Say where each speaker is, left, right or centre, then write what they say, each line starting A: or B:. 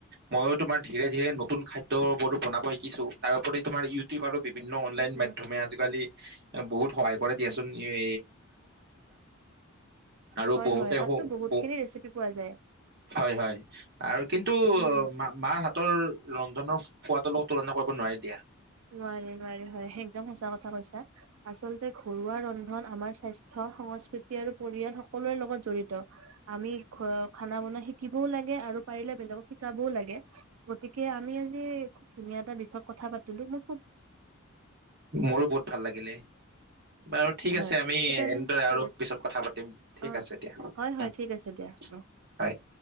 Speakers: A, on the right (about 55°); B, on the right (about 85°).
A: ময়ো তোমাৰ ধীৰে ধীৰে নতুন খাদ্যবোৰো বনাব শিকিছোঁ। তাৰওপৰি তোমাৰ ইউটিউব আৰু।। বিভিন্ন অনলাইন
B: উম উম
A: মাধ্যমে আজিকালি বহুত সহায় কৰে দিয়াচোন।
B: উম
A: এ আৰু
B: হয়
A: বহুতে
B: হয় তাতো বহুতখিনি ৰেচিপি পোৱা যায়।
A: হয় হয় আৰু কিন্তু
B: উম হম
A: মা মাৰ হাতৰ ৰন্ধ।। সোৱাদৰ লগত তুলনা কৰিব নোৱাৰি দিয়া।
B: নোৱাৰি নোৱাৰি হয় একদম সঁচা কথা কৈছা। আচলতে ঘৰুৱা ৰন্ধন আমাৰ স্বাস্থ্য, সংস্কৃতি আৰু পৰিয়াল সকলোৰে লগত জড়িত। আমি খানা বনোৱা শিকিবও লাগে আৰু পাৰিলে বেলেগক শিকাবও লাগে। গতিকে আমি আজি ধুনীয়া এটা বিষয়ত কথা পাতি।। কিন্তু মোক।।
A: মোৰো বহুত ভাল লাগিলে। বাৰু ঠিক
B: হয়।
A: আছে আমি
B: তেতিয়াহ'লে
A: এনেদৰে আৰু
B: ঠিক আছে
A: পিছত কথা পাতিম ঠিক
B: অ
A: আছে দিয়া হয়।
B: হয় হয় ঠিক আছে দিয়া অ।